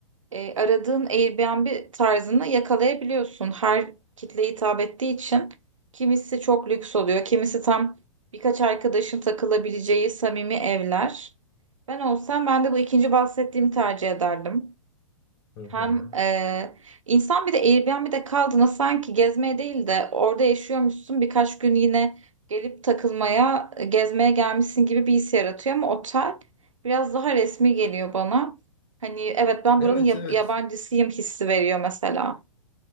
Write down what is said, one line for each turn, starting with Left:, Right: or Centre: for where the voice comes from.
Right: e, aradığın Airbnb tarzını yakalayabiliyorsun. Her kitleye hitap ettiği için kimisi çok lüks oluyor, kimisi tam birkaç arkadaşın takılabileceği samimi evler. Ben olsam ben de bu ikinci bahsettiğimi tercih ederdim.
Left: Hı hı.
Right: Hem e, insan bir de Airbnb'de kaldığında sanki gezmeye değil de orada yaşıyormuşsun birkaç gün yine gelip takılmaya, e, gezmeye gelmişsin gibi bir his yaratıyor ama otel biraz daha resmi geliyor bana. Hani evet ben
Left: Evet
Right: buranın yab-
Left: evet.
Right: yabancısıyım hissi veriyor mesela.